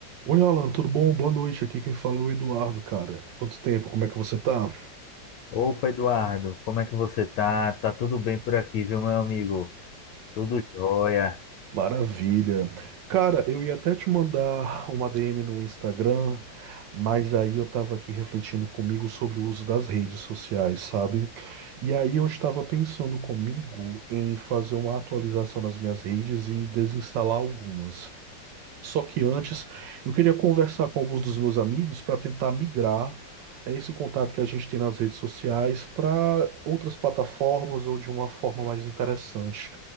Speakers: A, on the right; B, on the left.
A: Oi, Alan, tudo bom? Boa noite. Aqui quem fala é o Eduardo, cara. Quanto tempo? Como é que você tá?
B: Opa, Eduardo, como é que você tá? Tá tudo bem por aqui, viu, meu amigo? Tudo jóia.
A: Maravilha. Cara, eu ia até te mandar uma DM no Instagram, mas aí eu tava aqui refletindo comigo sobre o uso das redes sociais, sabe? E aí eu estava pensando comigo em fazer uma atualização nas minhas redes e desinstalar algumas. Só que antes, eu queria conversar com alguns dos meus amigos para tentar migrar é, esse contato que a gente tem nas redes sociais para outras plataformas ou de uma forma mais interessante